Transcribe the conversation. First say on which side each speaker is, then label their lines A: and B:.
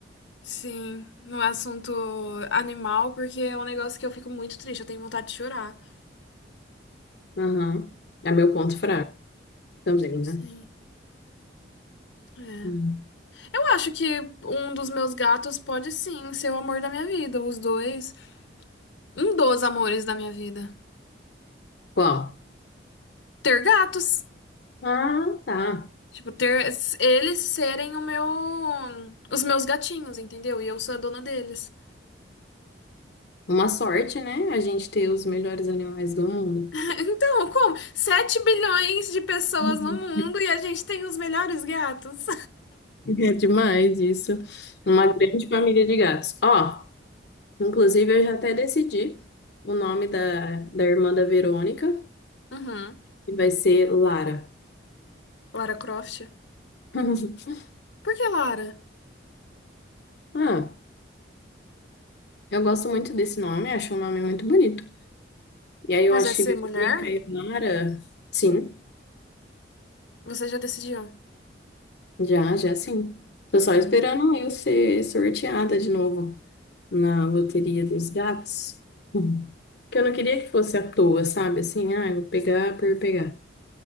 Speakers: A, on the left; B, on the left.
A: sim, no assunto animal, porque é um negócio que eu fico muito triste, eu tenho vontade de chorar.
B: Aham. É meu ponto fraco também, né?
A: Sim, é.
B: Hum.
A: Eu acho que um dos meus gatos pode sim ser o amor da minha vida, os dois, um dos amores da minha vida.
B: Qual?
A: Ter gatos,
B: Ah, tá.
A: tipo, ter eles serem o meu, os meus gatinhos, entendeu? E eu sou a dona deles.
B: Uma sorte, né? A gente ter os melhores animais do mundo.
A: <laughs> Então, como? sete bilhões de pessoas
B: Uhum.
A: no mundo e a gente tem os melhores gatos.
B: É demais isso. Uma grande família de gatos. Ó, inclusive eu já até decidi o nome da, da irmã da Verônica,
A: <laughs> Uhum.
B: que vai ser Lara.
A: Lara Croft?
B: <laughs>
A: Por que Lara?
B: Ah, eu gosto muito desse nome, acho um nome muito bonito. E aí eu
A: Mas
B: acho
A: vai ser
B: que Verônica
A: mulher?
B: e Lara, sim.
A: Você já decidiu?
B: Já, já sim. Tô
A: Hum,
B: só esperando eu ser sorteada de novo na loteria dos gatos. <laughs> Uhum. Porque eu não queria que fosse à toa, sabe? Assim, ah, eu vou pegar por pegar.